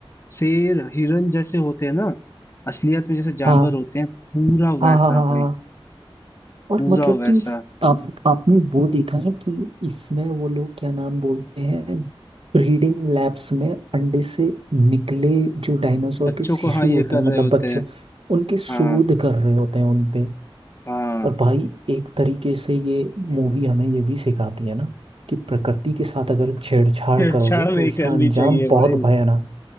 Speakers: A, on the left (about 25°); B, on the right (about 70°).
A: शेर हिरन जैसे होते हैं ना असलियत में जैसे जानवर
B: हाँ
A: होते हैं पूरा
B: हाँ
A: वैसा
B: हाँ हाँ हाँ
A: भाई
B: हाँ और
A: पूरा
B: मतलब
A: वैसा
B: कि आप आपने वो देखा है कि इसमें वो लोग क्या नाम बोलते हैं ब्रीडिंग लैब्स में अंडे से निकले जो डायनासोर
A: बच्चों
B: के शिशु
A: को हाँ ये
B: होते
A: कर
B: हैं मतलब
A: रहे होते
B: बच्चों
A: हैं
B: उनकी शोध
A: हाँ
B: कर रहे होते हैं उनपे
A: हाँ
B: और
A: <laughs>
B: भाई एक तरीके से ये मूवी हमें ये भी सिखाती है ना कि प्रकृति के साथ अगर छेड़छाड़
A: छेड़छाड़
B: करोगे
A: नहीं
B: तो उसका
A: करनी
B: अंजाम
A: चाहिए
B: बहुत
A: भाई
B: भयानक